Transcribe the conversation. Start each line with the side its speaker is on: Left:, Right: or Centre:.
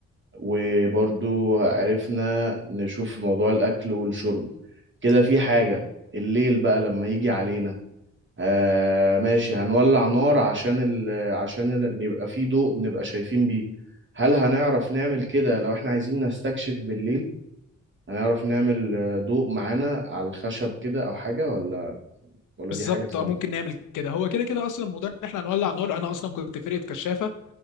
Right: وبرضو عرفنا نشوف موضوع الاكل والشرب كده في حاجة الليل بقى لما يجي علينا آه ماشي هنولع نار عشان ال عشان ال يبقى في ضوء نبقى شايفين بيه هل هنعرف نعمل كده لو احنا عايزين نستكشف بالليل هنعرف نعمل آه، ضوء معانا على الخشب كده او حاجة ولا ولا
Left: بالظبط
Right: دي حاجة صعبة
Left: اه ممكن نعمل كده هو كده كده اصلا موضوع ان احنا هنولع نار انا اصلا كنت فرقة كشافة